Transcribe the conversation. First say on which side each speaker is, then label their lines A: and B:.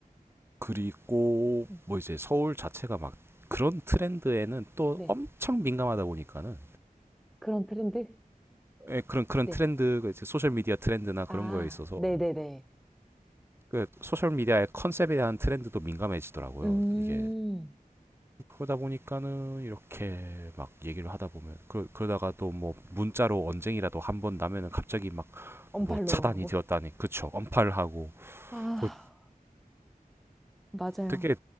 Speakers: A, on the right; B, in the centre.
A: 그리고
B: 음,
A: 뭐 이제 서울 자체가 막 그런 트렌드에는 또
B: 네.
A: 엄청 민감하다 보니까는
B: 그런 트렌드?
A: 예, 그런 그런
B: 네.
A: 트렌드가 이제 소셜 미디어 트렌드나 그런
B: 아,
A: 거에 있어서
B: 네네네.
A: 그 소셜 미디어의 컨셉에 대한 트렌드도 민감해지더라고요.
B: 음,
A: 이게 그러다 보니까는 이렇게 막 얘기를 하다 보면 그, 그러다가 또 뭐 문자로 언쟁이라도 한 번 나면은 갑자기 막
B: 언팔로우
A: 뭐 차단이
B: 하고.
A: 되었다니 그쵸 언팔 하고
B: 아,
A: 그
B: 맞아요.
A: 되게